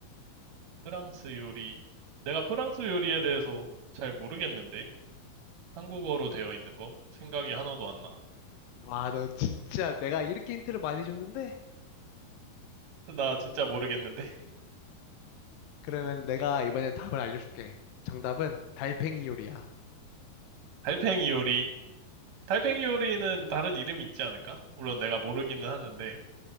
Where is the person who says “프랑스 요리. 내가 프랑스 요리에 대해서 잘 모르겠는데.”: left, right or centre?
Right